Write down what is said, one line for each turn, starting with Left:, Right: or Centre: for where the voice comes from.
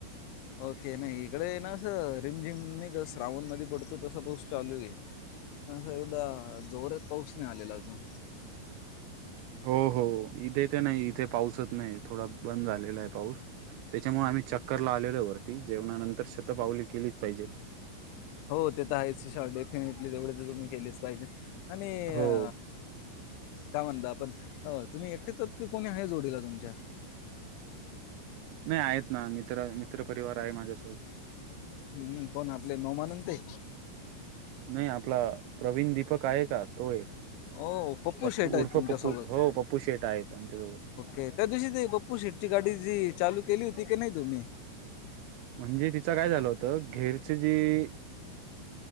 Left: ओके नाई इकडे ना आसं रिम झिम नई का श्रावण मध्ये पडतो तसं पाऊस चालू आहे. अ असा एवदा जोरात पाऊस नाई आलेला अजून.
Right: हो हो इथे ते नाही इथे पाऊसच नाही थोडा बंद झालेला आहे पाऊस. त्याच्यामुळे आम्ही चक्करला आलेलोय वरती जेवणानंतर शतपावली केलीच पाहिजेत.
Left: हो ते त आहेचशा डेफिनेटली तेवढच तुम्ही केलीच पाहिजे आणि
Right: हो.
Left: अ काय म्हणता पण अ तुम्ही एकटेच आहात कोणी आहे जोडीला तुमच्या?
Right: नाही आहेत ना मित्र मित्रपरिवार आहे माझ्यासोबत.
Left: हमम पण आपले नोमानन ते
Right: नाही आपला प्रवीण दीपक आहे का तोये.
Left: ओ
Right: पप्पू
Left: शेट आहेत
Right: उर्फ
Left: तुमच्यासोबत.
Right: पप्पू हो पप्पू शेठ आहेत आमच्यासोबत.
Left: त्या दिवशी ते पप्पू शेटची गाडी जी चालू केली होती की नाही तुम्ही?
Right: म्हणजे तिचं काय झालं होतं घेर च्यजी